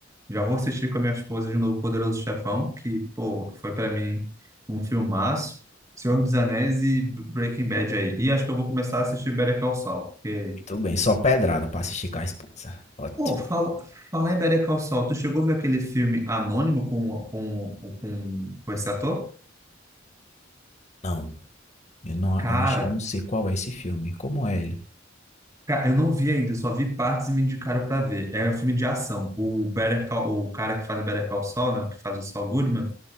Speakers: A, on the right; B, on the left.
A: Já vou assistir com a minha esposa de novo Poderoso Chefão, que, pô, foi para mim um filmaço. Senhor dos Anéis e Breaking Bad aí. E acho que eu vou começar a assistir Better Call Saul. Porque,
B: Muito bem, só pedrada pra assistir com a esposa. Ótimo.
A: pô, fala, falar em Better Call Saul, tu chegou a ver aquele filme Anônimo com, com, com, com esse ator?
B: Não, eu não,
A: Cara,
B: eu acho que eu não sei qual é esse filme. Como é ele?
A: Cara, eu não vi ainda, só vi partes e me indicaram pra ver. É um filme de ação. O Better Call- o cara que faz o Better Call Saul, né, o que faz o Saul Goodman,